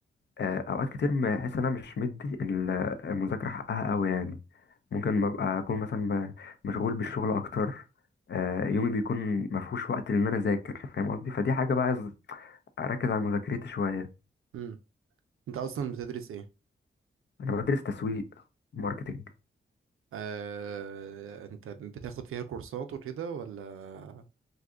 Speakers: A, on the left (about 55°); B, on the right (about 80°).
A: آه، اوقات كتير بحس ان انا مش مدي ال- المذاكره حقها قوي يعني ممكن ببقى اكون مثلا م- مشغول بالشغل اكتر آه، يومي بيكون ما فيهوش وقت ان انا اذاكر فاهم قصدي فدي حاجه بقى عايز اركز على مذاكرتي شويه
B: امم انت اصلا بتدرس ايه
A: انا بدرس تسويق ماركتنج
B: آه، انت بتاخد فيها كورسات وكده ولا